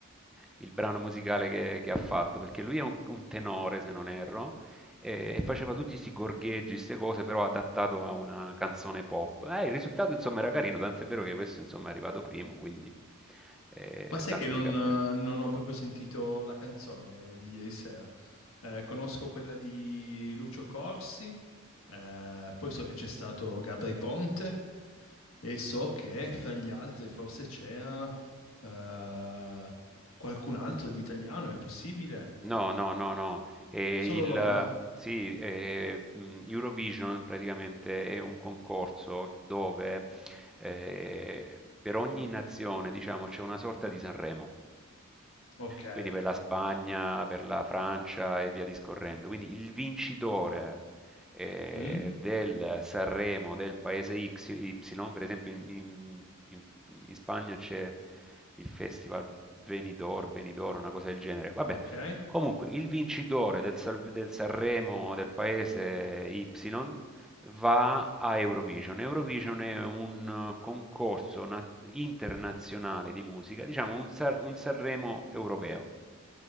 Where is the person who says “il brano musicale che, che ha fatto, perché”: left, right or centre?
Centre